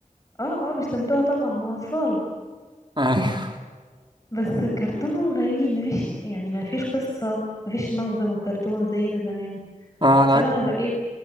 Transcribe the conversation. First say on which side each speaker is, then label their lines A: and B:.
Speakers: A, on the left; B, on the right.
A: اه اه بيستمتعوا طبعا ما هو اطفال
B: ايوه
A: بس كرتونهم غريب مفيش يعني مفيش قصة مفيش مغزى من الكرتون زينا زمان
B: اه على
A: فانا بقيت